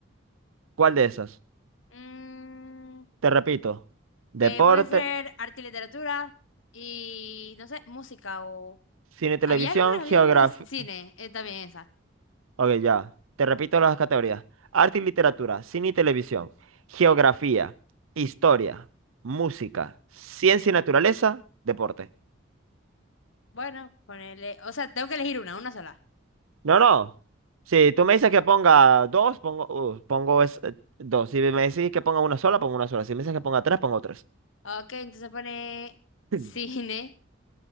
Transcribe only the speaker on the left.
Mm,
eh, puede ser arte y literatura y, no sé, música o...
¿Había alguna?
¿Había alguna de c- cine? Eh, también esa.
Bueno, ponele... O sea, tengo que elegir una, una sola.
Ok, entonces pone cine,